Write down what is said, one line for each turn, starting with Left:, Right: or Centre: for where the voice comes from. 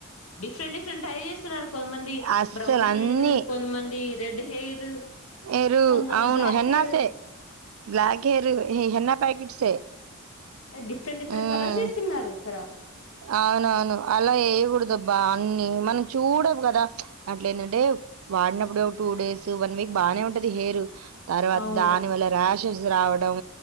Left: డిఫరెంట్ డిఫరెంట్ ట్రై చేస్తున్నారు కొంతమంది
Right: అస్సలు
Left: బ్రౌన్
Right: అన్ని
Left: హెయిర్ కొంతమంది రెడ్ హెయిర్
Right: ఏరు
Left: కొంతమంది
Right: అవును
Left: బ్లాక్
Right: హెన్నాస
Left: హెయిర్
Right: బ్లాక్ హేర్ ఎన్న ప్యాకెట్సే
Left: అది డిఫరెంట్ డిఫరెంట్
Right: ఉమ్
Left: కలర్స్ ఇస్తున్నారు ఇక్కడ
Right: అవునవును అలా వేయకూడదుబ్బా అన్ని మనం చూడవు కదా అట్ల ఏంటంటే వాడినప్పుడు ఒక టూ డేస్ వన్ వీక్ బానే ఉంటది హెయిరు తరవాతా
Left: అవును
Right: దాని వేల రా షాస్ రావడం